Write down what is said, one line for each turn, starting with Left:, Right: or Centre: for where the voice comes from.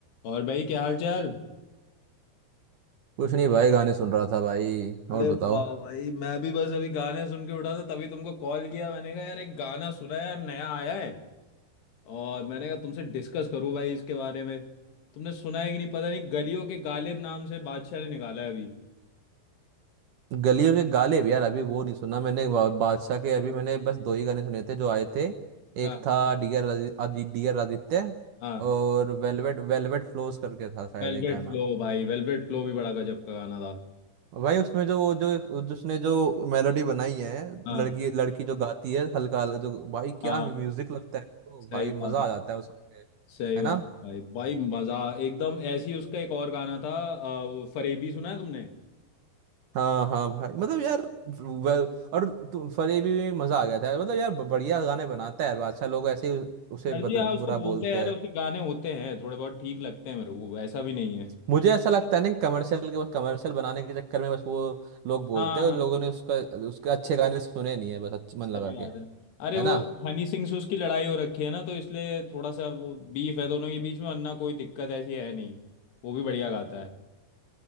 Left: और भाई क्या हाल चाल
Right: कुछ नहीं भाई गाने सुन रहा था भाई
Left: अरे
Right: और बताओ
Left: वाह भाई मैं भी बस अभी गाने सुन के उठा था तभी तुमको कॉल किया मैंने कहा यार एक गाना सुना है यार नया आया है और मैंने कहा तुमसे डिस्कस करूं भाई इसके बारे में तुमने सुना है कि नहीं पता नहीं गलियों के गालिब नाम से बादशाह ने निकाला है अभी
Right: गलियों के गाले भी यार अभी वो नहीं सुना मैंने बा- बादशाह के अभी मैंने बस दो ही गाने सुने थे जो आए थे
Left: हाँ
Right: एक था डियर आदि, डियर आदित्य
Left: हाँ
Right: और वेलवेट वेलवेट फ्लोस करके था शायद
Left: वेलवेट
Right: एक गाना
Left: फ्लो भाई वेलवेट फ्लो भी बड़ा गजब का गाना था
Right: भाई उसमें जो वो जो वो जिसने जो मेलोडी बनाई है
Left: हाँ
Right: लड़की लड़की जो गाती है हल्का हल्का जो भाई क्या
Left: हाँ
Right: म्यूजिक लगता है तो
Left: सही
Right: भाई
Left: बात
Right: मजा
Left: है
Right: आ जाता है उसके
Left: सही
Right: है
Left: बात
Right: ना
Left: है भाई भाई मजा एकदम ऐसी उसका एक और गाना था अ, वो फरेबी सुना है तुमने
Right: हाँ हाँ भाई मतलब यार वे- और तु- फरेबी में भी मजा आ गया था मतलब यार ब- बढ़िया गाने बनाता है यार बादशाह लोग ऐसे ही उसे
Left: सर्जी
Right: बद,
Left: हाँ
Right: बुरा
Left: उसको बोलते
Right: बोलते
Left: हैं यार
Right: हैं
Left: उसके गाने होते हैं थोड़े बहुत ठीक लगते हैं मेरे को ऐसा भी नहीं है
Right: मुझे ऐसा लगता है ना कि कमर्शियल के बस कमर्शियल बनाने के चक्कर में बस वो लोग बोलते
Left: हाँ
Right: हैं और लोगों ने उसका उसके अच्छे गाने सुने नहीं है बस अच्छे मन
Left: सही
Right: लगा
Left: बात
Right: के है
Left: है अरे वो
Right: ना
Left: हनी सिंह से उसकी लड़ाई हो रखी है ना तो इसलिए थोड़ा सा वो बीफ है दोनों के बीच में वरना कोई दिक्कत ऐसी है नहीं वो भी बढ़िया गाता है